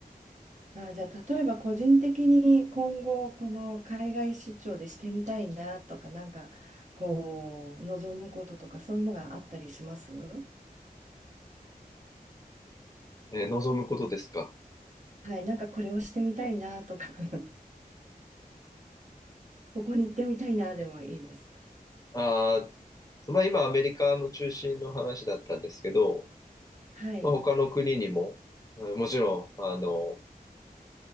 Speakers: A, on the right; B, on the left.
A: あ、じゃあ、例えば個人的に今後、この海外出張でしてみたいなとか、なんか、こう、望むこととか、そういうのがあったりしますは
B: えー望むことですか。
A: い、なんかこれをしてみたいなとか、<laughs> ここに行ってみたいなでもいいです。
B: あーまあ今アメリカの中心の話だったんですけど、
A: はい、
B: まあ、他の国にも、えーもちろん、あの、